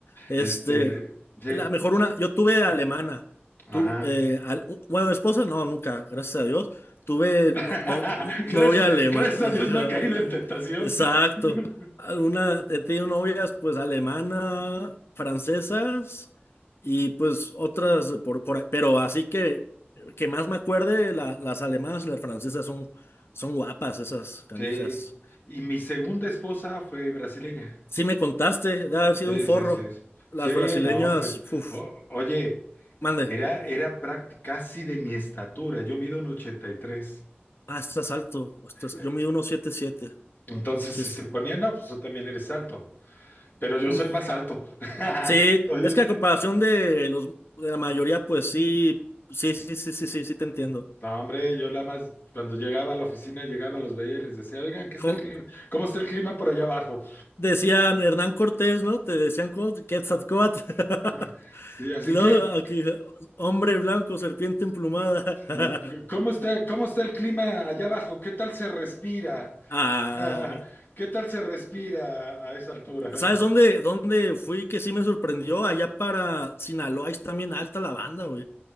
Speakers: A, on the left; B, on the left.
A: Este,
B: Este, sí,
A: la mejor una, yo tuve alemana.
B: ajá.
A: Tu, eh, al- bueno, esposa no, nunca, gracias a Dios. Tuve
B: <laughs>
A: no, no-
B: Gracias,
A: novia alemana.
B: gracias
A: <laughs>
B: a Dios no ha caído en tentación.
A: Exacto.
B: <laughs>
A: Alguna, he tenido novias pues alemana, francesas y pues otras por, por ahí. Pero así que que más me acuerde, la- las alemanas y las francesas son, son guapas esas canijas.
B: Sí. Y mi segunda esposa fue brasileña.
A: Sí me contaste de haber sido
B: Sí,
A: un forro.
B: sí, sí.
A: Las
B: Sí,
A: brasileñas,
B: no, hombre.
A: uff,
B: O- oye.
A: mande.
B: Era, era práct- casi de mi estatura, yo mido un 83.
A: Ah, estás alto. estás-
B: Eh,
A: Yo mido unos siete siete
B: Entonces,
A: Sí,
B: si
A: es...
B: se ponía, no, pues tú también eres alto, pero yo
A: Mm.
B: soy más alto. <laughs>
A: Sí,
B: Oye,
A: es que a comparación de los de la mayoría, pues sí, sí, sí, sí, sí, sí, sí te entiendo.
B: No, hombre, yo la más, cuando llegaba a la oficina, llegaba, los veía y les decía, oigan, ¿qué está
A: Como
B: el clima? ¿Cómo está el clima por allá abajo?
A: decían Hernán Cortés, ¿no? Te decían como Quetzalcóatl. <laughs>
B: <laughs> Sí, así
A: Luego,
B: que,
A: aquí, hombre blanco, serpiente emplumada. <laughs>
B: y, ¿cómo está, cómo está el clima allá abajo? ¿Qué tal se respira?
A: Ah,
B: <laughs> ¿Qué tal se respira a esa altura? <laughs>
A: ¿sabes dónde, dónde fui que sí me sorprendió? Allá para Sinaloa, ahí está bien alta la banda, güey.